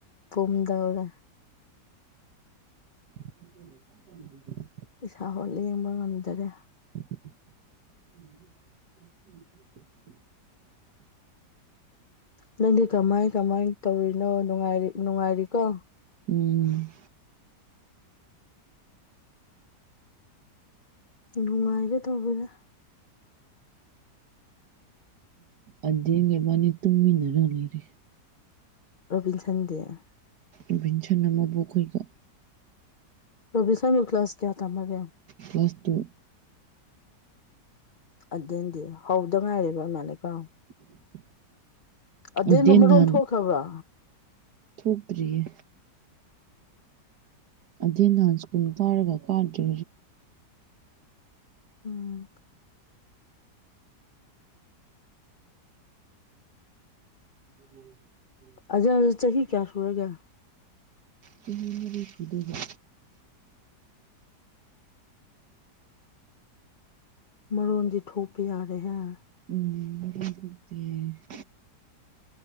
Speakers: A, on the left; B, on the right.
A: ꯄꯨꯝꯗꯧꯔꯦ
B: <unintelligible>
A: ꯏꯁꯥ ꯍꯣꯠ ꯂꯦꯡꯕ ꯉꯝꯗꯔꯦ
B: ꯎꯝ
A: ꯅꯪꯗꯤ ꯀꯃꯥꯏ ꯀꯃꯥꯏ ꯇꯧꯔꯤꯅꯣꯔꯤ ꯅꯨꯡꯉꯥꯏꯔꯤꯀꯣ
B: ꯎꯝ
A: ꯅꯨꯡꯉꯥꯏꯒ ꯇꯧꯕꯗ
B: ꯑꯗꯨꯦꯡꯒꯕꯥꯅꯤ ꯇꯨꯝꯃꯤꯟꯅꯔꯒ ꯂꯩꯔꯦ
A: ꯔꯕꯤꯟ ꯁꯟꯗꯦꯌꯥ
B: ꯏꯕꯤꯟ ꯁꯅ ꯑꯃꯕꯨꯣꯛꯈꯣꯏꯒꯣ
A: ꯔꯣꯕꯤ ꯁꯃꯤ ꯀ꯭ꯂꯥꯁ ꯀꯌꯥ ꯇꯝꯃꯒꯦ
B: ꯄ꯭ꯂꯥꯁ ꯇꯨ
A: ꯑꯗꯨꯗꯤ ꯍꯧꯗ ꯉꯥꯏꯔꯦꯕ ꯑꯗꯨ ꯃꯥꯜꯂꯀꯣ
B: <unintelligible>
A: ꯑꯦꯝꯕ
B: ꯑꯗꯦꯟ
A: ꯃꯔꯣꯟ
B: ꯅꯍꯥꯟ
A: ꯊꯣꯛꯈ꯭ꯔꯕ꯭ꯔꯥ
B: ꯊꯣꯛꯇ꯭ꯔꯤꯌꯦ ꯑꯗꯨꯗ ꯅꯥꯟ ꯁꯀꯨꯟ ꯀꯥꯔꯒ ꯀꯥꯗꯦ
A: ꯎꯝ
B: ꯎꯝ
A: ꯑꯖ ꯆꯍꯤ ꯆꯍꯤ ꯀꯌꯥ ꯁꯨꯔꯒ
B: ꯆꯥꯍꯤ ꯃꯔꯤꯁꯨꯗꯕ
A: ꯃꯅꯣꯟꯖꯤ ꯊꯣꯄ ꯌꯥꯔꯦ ꯍꯥꯏ
B: ꯎꯝꯛꯇ <unintelligible>